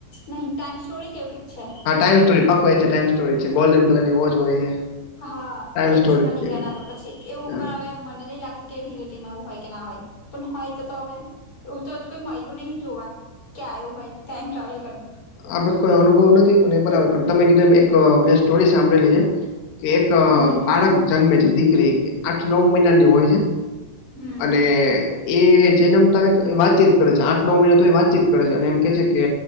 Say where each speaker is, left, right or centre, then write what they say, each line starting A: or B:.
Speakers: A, on the left; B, on the left.
A: નહી ટાઈમ સ્ટોરી કે એવું કઈક છે.
B: હા ટાઈમ સ્ટોરી પાકકુ એ જ છે, ટાઈમ સોરી છે, ગલ્ડનલરની વોચ હોય છે.
A: હા
B: ટાઈમ
A: એ
B: સ્ટોરી
A: પછી એમના દીકરાને
B: છે ભાઈ.
A: આપે પછી એવું
B: હા
A: પણ હવે મને નહી લાગતું કે રીલેટીમાં એવું હોય કે ના હોય પણ હોય તો તો હવે એવું તો હજુ કોઈ મયલું નહી જોવા કે આવ્યું હોય ટાઈમ ટ્રાવેલ કર
B: આ બ કોઈ અનુભવ નથી પણ એ બરાબર પણ તમે કીધું એક મેં સ્ટોરી સાંભળેલી છે. કે એક
A: હમ
B: બાળક જન્મે છે, દીકરી આઠ નવ મહિનાની હોય છે.
A: હમ
B: અને એ <unintelligible> તો વાતચીત કરે છે, આઠ નવ મહિના તો એ વાતચીત કરે છે, અને એમ કે છે, કે